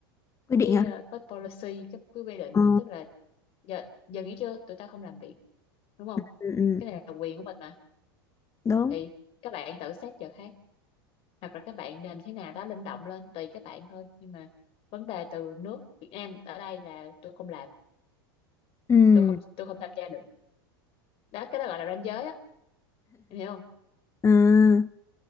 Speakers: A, on the left (about 20°); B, on the left (about 50°).
A: quy định
B: cái
A: à
B: ờ, cái policy cái quy định
A: ừ
B: đó tức là giờ giờ nghỉ trưa tụi ta không làm việc đúng không
A: ừ ừ,
B: cái này là quyền của mình mà
A: đúng
B: thì các bạn tự xét giờ khác hoặc là các bạn làm thế nào đó linh động lên tùy các bạn thôi nhưng mà vấn đề từ nước Việt Nam ở đây là tôi không làm
A: ừ
B: tôi không tôi không tham gia được đó cái đó gọi là ranh giới á em hiểu không
A: ừ